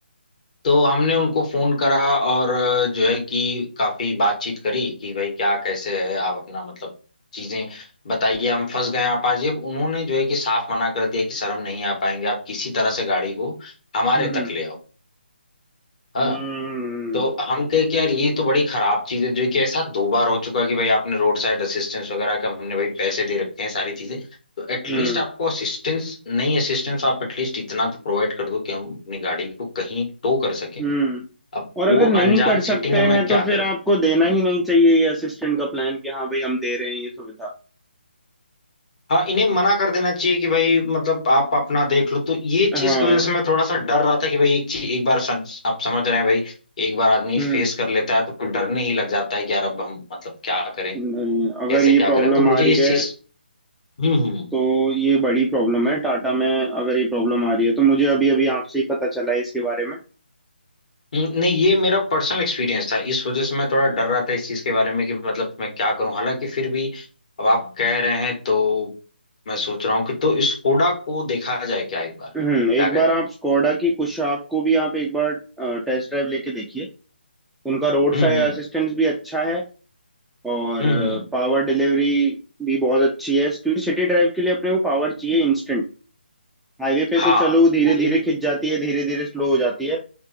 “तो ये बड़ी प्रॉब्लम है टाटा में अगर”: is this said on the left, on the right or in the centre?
Centre